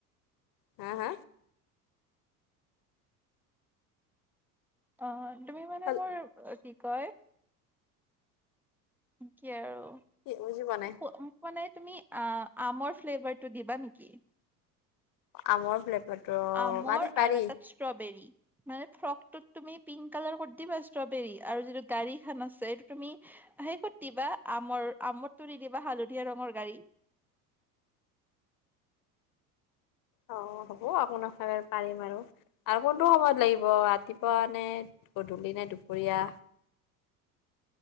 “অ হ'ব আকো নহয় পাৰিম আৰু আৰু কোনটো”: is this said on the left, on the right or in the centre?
Left